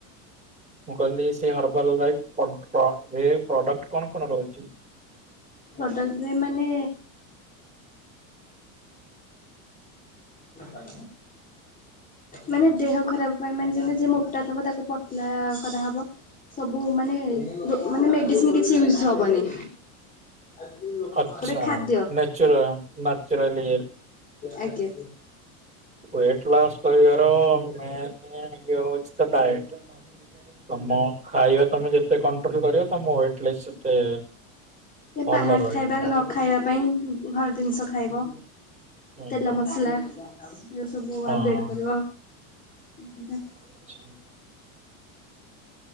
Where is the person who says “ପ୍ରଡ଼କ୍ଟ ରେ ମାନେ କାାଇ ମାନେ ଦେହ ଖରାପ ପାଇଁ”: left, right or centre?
Left